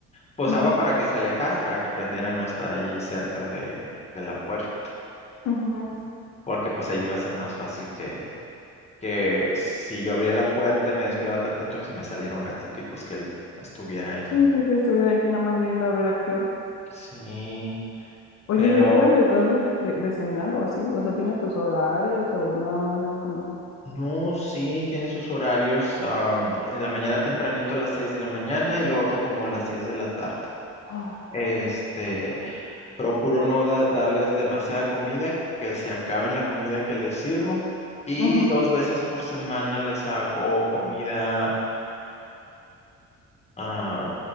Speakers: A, on the left; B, on the left.
A: Pues
B: Ujú,
A: agua para que se alejara, para que aprendiera a no estar ahí cerca de, de la puerta,
B: ujú.
A: porque pues ahí iba a ser más fácil que, que si yo abría la puerta y me descuidaba tantito, se me saliera un gatito y pues que él estuviera ahí
B: Sí, sí, sí, estuviera ahí nada más viendo a ver a qué hora.
A: Sí,
B: Oye,
A: pero
B: ¿y a qué hora les das de, de- de cenar o así? O sea, ¿tienes tus horarios o nada más es como...
A: no, sí, tiene sus horarios. am, en la mañana tempranito a las 6 de la mañana y lo otro como a las 6 de la tarde.
B: ah,
A: Este, procuro no da- darles demasiada comida, que se acaben la comida que les sirvo. Y
B: ujú,
A: dos veces por semana les hago comida, ah,